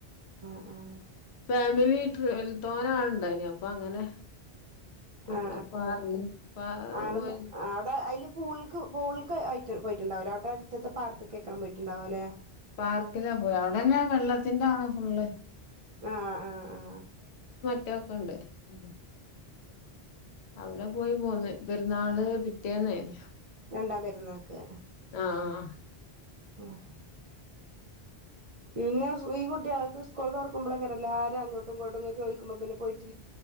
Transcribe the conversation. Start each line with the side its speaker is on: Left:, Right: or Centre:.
Right: ആ
Left: ഫാമിലിടിതോനെ ആൾ ഇണ്ടായിനി അപ്പൊ അങ്ങനെ കുട്ട്
Right: ആ
Left: പാർക്ക് പാ
Right: ആ അവിന്ന്
Left: പോയി
Right: അവിടെ അതില് പൂൾക്ക് പൂൾക്ക് ആയി പോയിട്ടുണ്ടാവില്ല അവിടെ അടുത്ത പാർക്ക് അവിടെ <unintelligible> പോയിട്ടുണ്ടാവോലെ
Left: പാർക്കിലാ പോയി അവിടെന്നെ വെള്ളത്തിന്റെ ആണ് ഫുള്ള്
Right: ആ ആ ആ
Left: റ്റക്കെയുണ്ട് <unintelligible> അവിടെ പോയി പോന്ന് പെരുന്നാള് പിറ്റേന്നായിരുന്നു
Right: രണ്ടാം പെരുന്നാക്ക്
Left: ആഹ്
Right: ഉം പിന്നെ ഈ കുട്ടികൾക്ക് സ്കൂള് <unintelligible> എല്ലാരും അങ്ങോട്ടും ഇങ്ങോട്ടും അങ്ങ് ചോദിക്കുമ്പം പിന്നെ പോയിട്ട്